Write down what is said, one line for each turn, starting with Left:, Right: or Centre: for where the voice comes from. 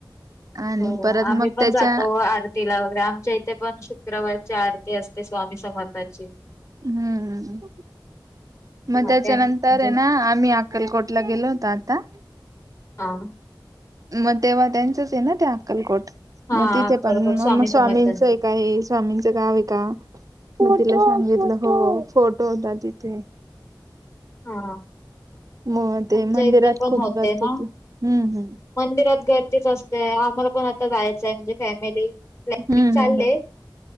Right: आणि
Left: हो
Right: परत
Left: आम्ही
Right: मग
Left: पण
Right: त्याच्या
Left: जातो आरतीला वगैरे आमच्या इथे पण शुक्रवारची आरती असते स्वामी समर्थांची
Right: हम्म मग
Left: हां
Right: त्याच्यानंतर
Left: त्यां म्हणजे
Right: आहे ना आम्ही अक्कलकोटला गेलो होतो आता
Left: अम
Right: मग तेव्हा त्यांचच आहे ना ते अक्कलकोट
Left: हां
Right: मग तिथे
Left: अक्कलकोट
Right: पण
Left: स्वामी
Right: मग स्वामींचं
Left: समर्थांचं.
Right: एक आहे स्वामींचं काय आहे का मग तिला सांगितलं हो फोटो होता तिथे
Left: हा
Right: मग ते
Left: आमच्या
Right: मंदिरात
Left: इथे पण
Right: खूप
Left: होत
Right: जात
Left: ना
Right: होती हम्म हम्म
Left: मंदिरात गर्दीच असतेय आम्हाला पण आता जायचंय म्हणजे फॅमिली प्लॅनिंग
Right: हम्म
Left: चालले.
Right: हम्म हम्म